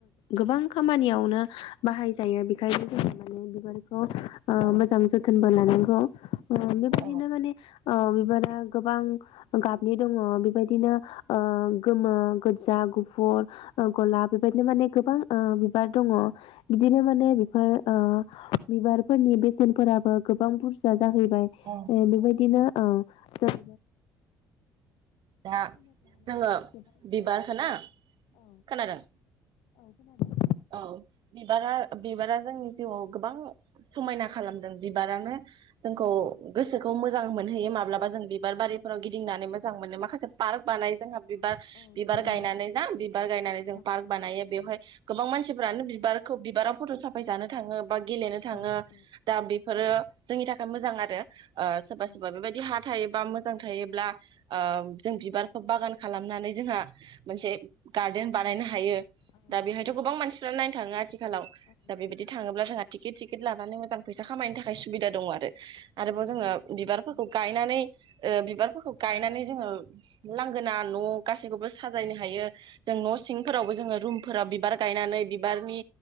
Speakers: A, on the left (about 50°); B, on the right (about 45°).
A: गोबां खामानियावनो बाहाय जायो बेखायनो <unintelligible> जोो माने
B: औ
A: बिबार मोजां जोथोन। ब ल नांगौ। अ।
B: औ
A: बेबायदिनो माने बिबारा गोबां गाबनि दङ बेबायदिनो गोमो, गोजा, गुफुर, गलाब बेबायदिनो माने गोबां बिबार दङ। बिदिनो माने बिफोर बिबारफोरनि बेसेनफोराबो गोबां बुरजा। जाहैबाय
B: औ
A: बेबायदिनो अ ज
B: दा
A: फानोब्ला माने
B: जोङो
A: जों गोबां
B: बिबार खोना,
A: औ
B: खोनादों?
A: औ खोनादों।
B: औ बिबारा बिबारा जोंनि जिउआव गोबां समायना खालामदों, बिबारानो जोंखौ
A: औ नंगौ
B: गोसोखौ मो मोजां मोनहैयो माब्लाबा जों बिबार बारिफोराव गिदिंनानै मोजां मोनो माखासे पार्क बानाय जोंहा बिबार
A: औ
B: बिबार
A: नंगौ
B: गायनानै जा बिबार गायनानै जों
A: औ
B: पार्क बानायो बेवहाय गोबां मानसिफ्रानो बिबारखौ बिबाराव फट' साफायजानो थाङो, बा गेलेनो थाङो
A: औ नंगौ
B: दा बेफोरो जोंनि थाखाय मोजां आरो। सोरबा
A: औ
B: सोरबा बेबायदि ह थायोबा मोजां थायोब्ला, जों बिबारखौ बागान खालामनानै जोंहा मोनसे गार्डेन बानायनो हायो।
A: औ
B: दा
A: नंगौ
B: बेहाय <unintelligible> गोबां मानसिफ्रा नाय थाङो आथि खालाव
A: औ
B: दा बेबायदि थाङोब्ला जोंहा टिकिट सिकिट लानानै मोजां फैसा खामायनो थाखाय सुबिदा दङ आरो।
A: औ
B: आरोबाव
A: नोंथां
B: जोङो
A: बुंनाय
B: बिबारफोरखौ
A: बादिनो
B: गायनानै ओ बिबार फोरखौ गायनानै जोङो लांगोना न' गासैखौबो साजायनो हायो जों न' सिंफोरावबो जोङो रुमफोरा बिबार गायनानै बिबारनि